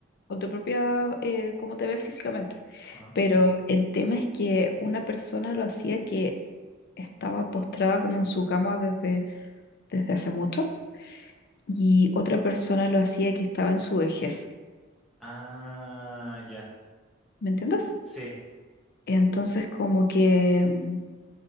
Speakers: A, on the left; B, in the centre.
A: con tu propia, eh, cómo te ves físicamente,
B: ajá.
A: pero el tema es que una persona lo hacía que estaba postrada como en su cama desde, desde hace mucho y otra persona lo hacía que estaba en su vejez,
B: Ah, ya,
A: ¿me entiendes?
B: sí,
A: Entonces como que... mm,